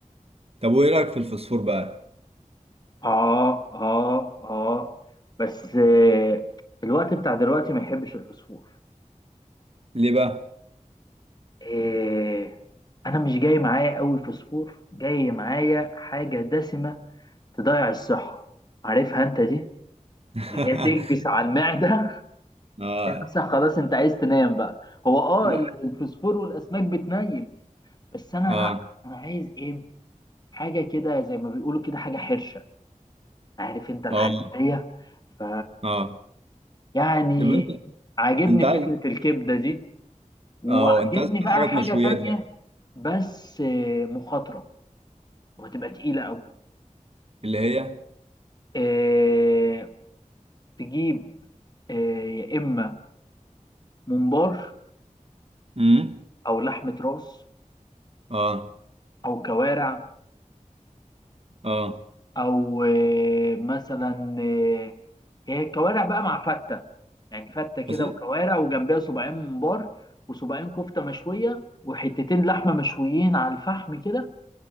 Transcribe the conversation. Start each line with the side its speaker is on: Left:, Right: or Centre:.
Right: طب وايه رايك في الفسفور بقى؟
Left: آه آه آه بس آه، الوقت بتاع دلوقتي ما يحبش الفسفور
Right: ليه بقى؟
Left: آه، أنا مش جاي معايا أوي فسفور جاي معايا حاجة دسمة تضيع الصحة عارفها أنت دي
Right: <laughs>
Left: اللي هي تكبس على المعدة
Right: اه
Left: نفسك خلاص انت عايز تنام بقى هو اه
Right: لا
Left: ال- الفوسفور والاسماك بتنيم بس انا
Right: اه
Left: لا انا عايز ايه حاجه كده زي ما بيقولوا كده حاجه حرشه عارف انت الحاجات
Right: اه
Left: دي ف
Right: اه
Left: يعني
Right: طب انت
Left: عاجبني
Right: انت عايز
Left: فكره الكبده دي وعاجبني
Right: اه انت عايز
Left: بقى
Right: حاجات
Left: حاجه
Right: مشويات
Left: تانية
Right: بقى
Left: بس آه، مخاطره وهتبقى تقيله قوي
Right: اللي هي
Left: آه، تجيب آه، يا اما ممبار
Right: امم
Left: او لحمه راس
Right: اه
Left: او كوارع
Right: اه
Left: او آه، مثلا آه، هي كوارع بقى مع فته يعني فته كده
Right: بس
Left: وكوارع وجنبها صباعين ممبار وصباعين كفته مشويه وحتتين لحمه مشويين على الفحم كده